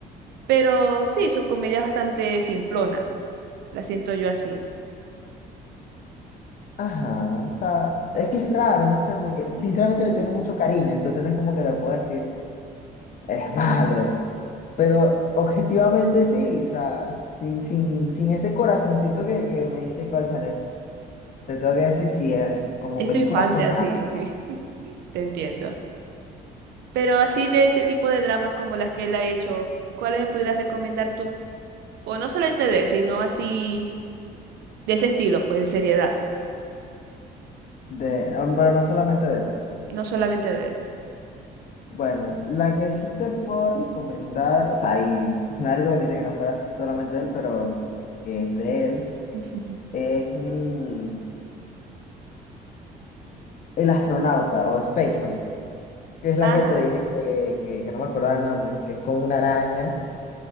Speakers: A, on the right; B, on the left.
A: Pero sí, su comedia es bastante simplona, la siento yo así.
B: Ajá, o sea, es que es raro, no sé, porque sinceramente
A: <laughs>
B: le tengo mucho cariño, entonces no es como que le puedo decir, eres malo, pero objetivamente sí, o sea, sin, sin, sin ese corazoncito que, que me dice, cónchale, te tengo que decir si eh, como
A: Es
B: películas
A: tu infancia,
B: son malas.
A: sí, sí, <laughs> te entiendo. Pero así de ese tipo de dramas como las que él ha hecho, ¿cuáles me pudieras recomendar tú? O no solamente de él, sino así de ese estilo, pues de seriedad,
B: De, um, pero no solamente de él.
A: no solamente de él.
B: Bueno, la que sí te puedo recomendar, o sea, y nadie se permite que no fuera solamente él, pero que es de él,
A: <laughs>
B: es mm, El astronauta o Spaceman, que es la
A: Ajá,
B: que te dije que, que, que no me acordaba el nombre, que es con una araña.